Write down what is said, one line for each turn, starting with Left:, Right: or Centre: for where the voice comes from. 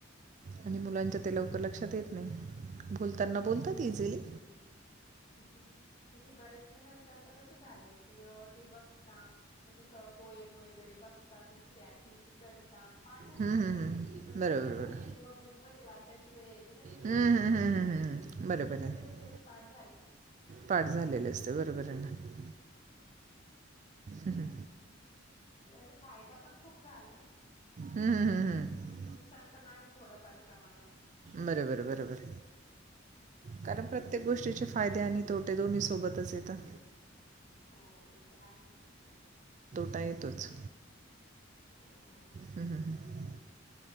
Right: आणि मुलांच्या ते लवकर लक्षात येत नाही बोलताना बोलतात इझिली..
Left: म्हणजे बऱ्याच मुलांच आता कसं झालंय की... ते बघता मग ते पोएम वगैरे बघता तस ते ऍक्टिव्हटी कर.. पाठवून
Right: बरोबर
Left: जाते पण रिअल
Right: बरोबर
Left: म जेव्हा बुकमध्ये वाचायची वेळ य त्यां
Right: हम्म,
Left: समजत
Right: हम्म, हम्म, हम्म,
Left: नाही
Right: हम्म. बरोबर
Left: त्यां <unintelligible>
Right: आहे पाठ झालेले असते बरोबर आहे ना! रिकामा ऑडिओ
Left: म्हण त्याचा फायदा पण खूप झालाय.
Right: हम्म, हम्म, हम्म.
Left: आणि नुकसान पण आहे. थोड्या फार प्रमाणात..
Right: बरोबर बरोबर. कारण प्रत्येक गोष्टीचे फायदे आणि तोटे दोन्ही सोबतच येतात.
Left: हो ते तर आहेच.
Right: आता येतोच.
Left: हो हो.
Right: हम्म हम् हम्.